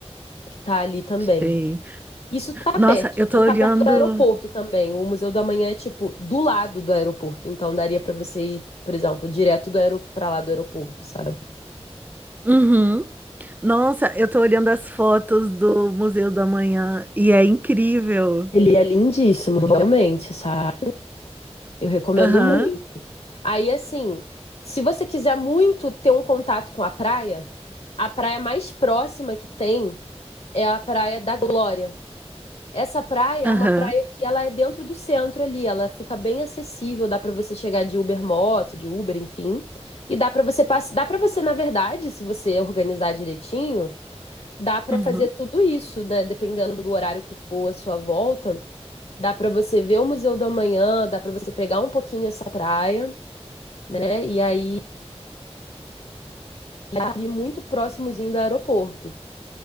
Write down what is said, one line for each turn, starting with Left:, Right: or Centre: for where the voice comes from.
Left: que tá ali também.
Right: Sei.
Left: Isso tá
Right: Nossa,
Left: perto,
Right: eu
Left: tudo
Right: tô
Left: tá
Right: olhando.
Left: perto do aeroporto também. O Museu do Amanhã é tipo do lado do aeroporto, então daria pra você ir, por exemplo, direto do aero para lá do aeroporto, sabe?
Right: Uhum. Nossa, eu tô olhando as fotos do Museu do Amanhã e é incrível.
Left: Ele é lindíssimo, realmente, sabe? Eu recomendo
Right: Aham.
Left: muito. Aí assim, se você quiser muito ter um contato com a praia, a praia mais próxima que tem é a Praia da Glória, Essa praia
Right: Aham.
Left: é uma praia que ela é dentro do centro ali, ela fica bem acessível, dá pra você chegar de Uber moto, de Uber, enfim, e dá pra você passe... dá para você, na verdade, se você organizar direitinho, dá pra
Right: Uhum.
Left: fazer tudo isso, né? Dependendo do horário que for a sua volta, dá pra você ver o Museu da Manhã, dá pra você pegar um pouquinho essa praia, né? E aí é ali muito próximozinho do aeroporto.